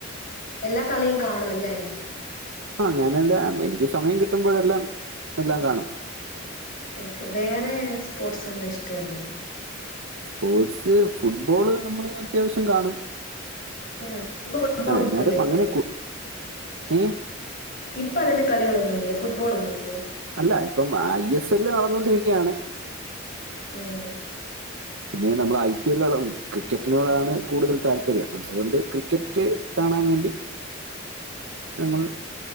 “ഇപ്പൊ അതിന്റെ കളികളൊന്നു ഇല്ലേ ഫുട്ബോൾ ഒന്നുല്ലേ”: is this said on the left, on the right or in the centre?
Left